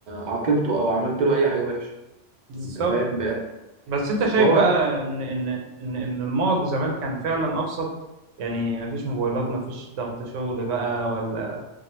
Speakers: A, on the right; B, on the right.
A: عاقبته او عملت له اي حاجه وحشه
B: بالظبط
A: انت فاهم بقى
B: بس انت شايف
A: فهو
B: بقى ان ان ان ان الماضي زمان كان فعلا ابسط يعني مفيش موبايلات مفيش ضغط شغل بقى ولا